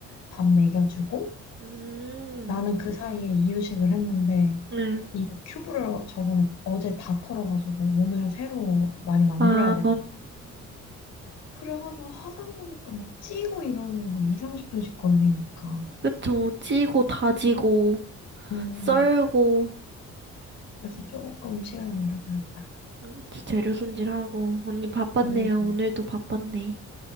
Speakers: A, on the left (about 55°); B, on the right (about 35°).
A: 밥 먹여주고
B: 음,
A: 나는 그 사이에 이유식을 했는데
B: 응.
A: 이 큐브를 저번에 어제 다 털어가지고 오늘 새로 많이 만들어야
B: 아,
A: 되는 거야. 그래가지고 하다 보니까 막 찌고 이러는 게 막 2, 30분씩 걸리니까
B: 그쵸. 찌고 다지고
A: 음
B: 썰고.
A: 그래서 조금 시간이 오래 걸렸다
B: 그치, 재료 손질하고. 언니 바빴네요.
A: 음
B: 오늘도 바빴네.